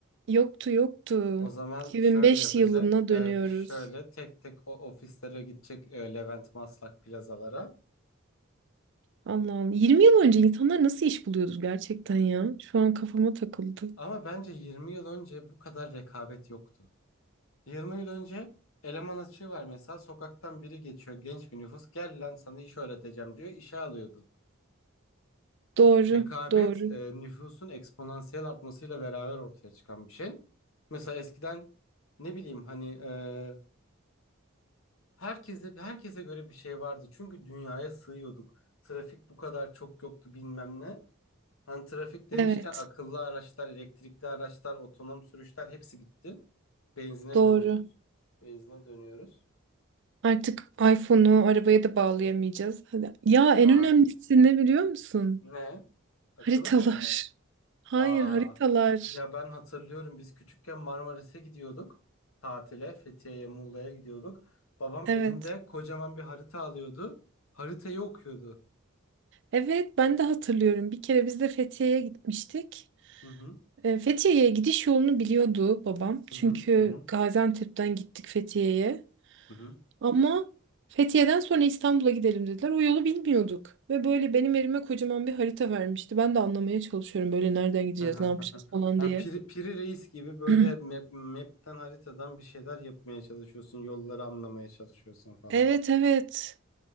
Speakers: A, on the right (about 60°); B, on the left (about 80°).
A: Yoktu yoktu.
B: O zaman
A: 2005
B: şöyle yapacak.
A: yılına dönüyoruz.
B: Ee, şöyle tek tek o ofislere gidecek e, Levent Maslak plazalara.
A: Allah Allah. 20 yıl önce insanlar nasıl iş buluyordu gerçekten ya? Şu an kafama takıldı.
B: Ama bence 20 yıl önce bu kadar rekabet yoktu. 20 yıl önce eleman açığı var mesela sokaktan biri geçiyor genç bir nüfus gel lan sana iş öğreteceğim diyor işe alıyordu.
A: Doğru,
B: Rekabet
A: doğru.
B: e, nüfusun eksponansiyel artmasıyla beraber ortaya çıkan bir şey. Mesela eskiden ne bileyim hani e, herkese herkese göre bir şey vardı. Çünkü dünyaya sığıyorduk. Trafik bu kadar çok yoktu bilmem ne. Hani trafik demişken
A: Evet,
B: akıllı araçlar, elektrikli araçlar, otonom sürüşler hepsi bitti. Benzine
A: doğru.
B: dönüyoruz. Benzine dönüyoruz.
A: Artık iPhone'u arabaya da bağlayamayacağız. Hadi. Ya en
B: Aa,
A: önemlisi ne biliyor musun?
B: ne? Akıllı
A: Haritalar.
B: telefon.
A: <laughs> Hayır,
B: Aa,
A: haritalar.
B: ya ben hatırlıyorum biz küçükken Marmaris'e gidiyorduk tatile Fethiye'ye Muğla'ya gidiyorduk. Babam
A: Evet.
B: elinde kocaman bir harita alıyordu. Haritayı okuyordu.
A: Evet, ben de hatırlıyorum. Bir kere biz de Fethiye'ye gitmiştik.
B: Hı hı
A: E, Fethiye'ye gidiş yolunu biliyordu babam. Çünkü
B: hı hı hı hı
A: Gaziantep'ten gittik Fethiye'ye.
B: hı hı
A: Ama Fethiye'den sonra İstanbul'a gidelim dediler. O yolu bilmiyorduk. Ve böyle benim elime kocaman bir harita vermişti. Ben de anlamaya çalışıyorum böyle nereden gideceğiz,
B: hı hı,
A: ne yapacağız
B: hı
A: falan
B: Ha,
A: diye.
B: Piri, Piri Reis gibi böyle
A: <clears throat>
B: map, map'ten haritadan bir şeyler yapmaya çalışıyorsun. Yolları anlamaya çalışıyorsun falan.
A: Evet evet.